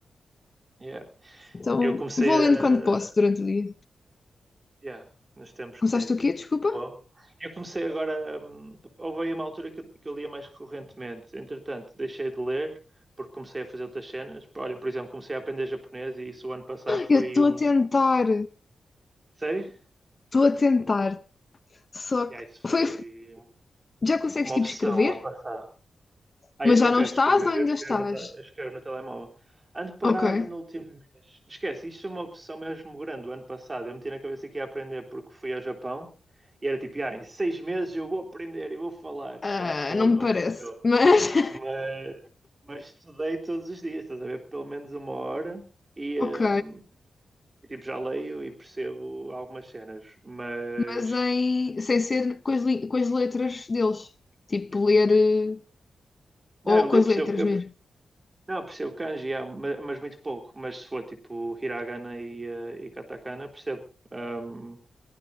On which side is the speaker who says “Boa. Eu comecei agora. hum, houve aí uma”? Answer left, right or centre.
Right